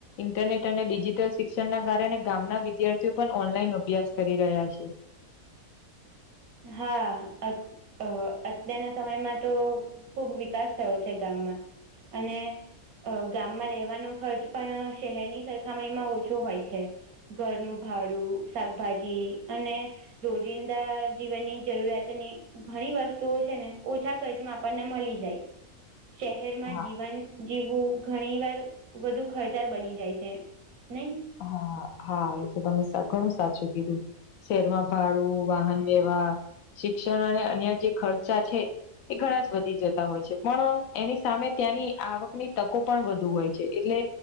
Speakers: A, on the left (about 75°); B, on the right (about 85°).
A: ઇન્ટરનેટ અને ડિજિટલ શિક્ષણના કારણે ગામના વિદ્યાર્થીઓ પણ ઓનલાઈન અભ્યાસ કરી રહ્યા છે.
B: હા, અ અ અત્યારના સમયમાં તો ખુબ વિકાસ થયો છે ગામમાં. અને. અ ગામમાં રહેવાનો ખર્ચ પણ શહેરની સરખામણીમાં ઓછો હોય છે. ઘરનું ભાડું શાકભાજી અને રોજિંદા જીવનની જરૂરિયાતની ઘણી વસ્તુઓ છે ને ઓછા ખર્ચમાં આપણને મળી જાય. શહેરમાં
A: હા
B: જીવન જીવવું ઘણી વાર વધુ ખર્ચાળ બની જાય છે નઈ.
A: હા હા એ તો તમે ઘણું સાચું કીધું. શહેરમાં ભાડું વાહન વ્યવહાર શિક્ષણ અને અન્ય જે ખર્ચા છે એ ઘણા જ વધી જતા હોય છે પણ એની સામે ત્યાંની આવકની તકો પણ વધુ હોય છે એટલે